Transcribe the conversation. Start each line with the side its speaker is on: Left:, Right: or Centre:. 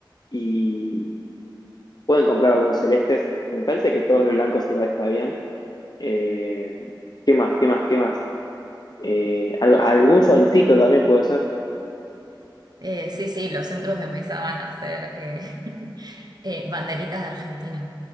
Left: y pueden comprar algunos celestes. Me parece que todos los blancos igual está bien. Eh, ¿qué más? ¿Qué más? ¿Qué más? Eh, al- algún solcito también puede ser.
Right: Eh, sí, sí, los centros de mesa van a ser eh, <laughs> eh, banderitas de Argentina.